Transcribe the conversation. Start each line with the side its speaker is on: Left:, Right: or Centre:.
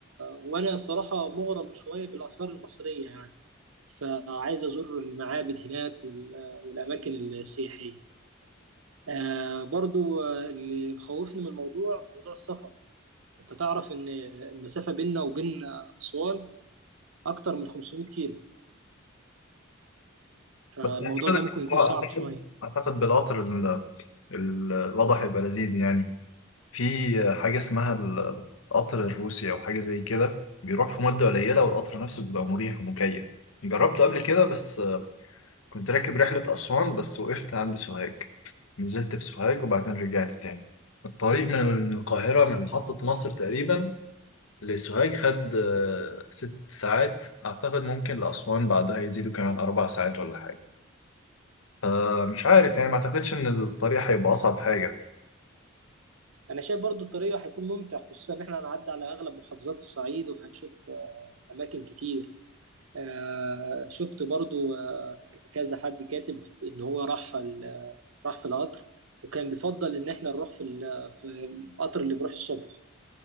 Right: وأنا صراحة مغرم شوية بالآثار المصرية يعني فعايز أزور المعابد هناك وال... والأماكن السياحية آه برضو آه، اللي مخوفني من الموضوع موضوع السفر أنت تعرف إن المسافة بيننا وبين أسوان أكتر من 500 كيلو فالموضوع
Left: بس أعتقد
Right: ده ممكن يكون
Left: أعتقد
Right: صعب شوية
Left: أعتقد بالقطر ال- ال- الوضع هيبقى لذيذ يعني في حاجة اسمها ال- القطر الروسي أو حاجة زي كده بيروح في مدة قليلة والقطر نفسه بيبقى مريح ومكيف جربته قبل كده بس كنت راكب رحلة أسوان بس وقفت عند سوهاج نزلت في سوهاج وبعدين رجعت تاني الطريق من القاهرة من محطة مصر تقريبا لسوهاج خد آه، ست ساعات أعتقد ممكن لأسوان بعدها يزيدوا كمان أربع ساعات ولا حاجة فمش عارف يعني ما أعتقدش إن الطريق هيبقى أصعب حاجة
Right: انا شايف برضو الطريق هيكون ممتع خصوصا ان احنا هنعدي على اغلب محافظات الصعيد وهنشوف آه، اماكن كتير آه، شفت برضو آه، كذا حد كاتب ان هو راح ال- راح في القطر وكان بيفضل ان احنا نروح في ال- في القطر اللي بيروح الصبح